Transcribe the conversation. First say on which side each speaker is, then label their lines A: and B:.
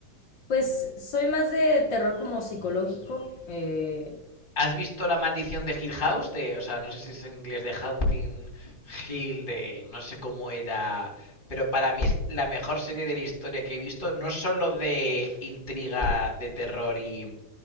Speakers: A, on the left; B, on the left.
A: Pues soy más de terror como psicológico. eh,
B: ¿Has visto La maldición de Hill House? De, o sea, no sé si es en inglés de Haunting Hill, de no sé cómo era, pero para mí es la mejor serie de la historia que he visto, no solo de intriga, de terror y